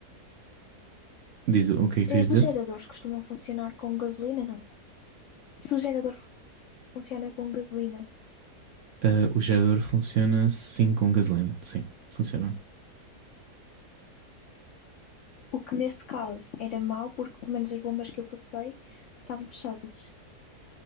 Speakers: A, on the right (about 65°); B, on the left (about 70°).
A: Diz o o que é que tu
B: Eh,
A: ias dizer?
B: os geradores costumam funcionar com gasolina, não? Se o gerador funciona com gasolina.
A: Ah, o gerador funciona sim com gasolina. Sim, funciona.
B: O que neste caso era mau, porque pelo menos as bombas que eu passei estavam fechadas.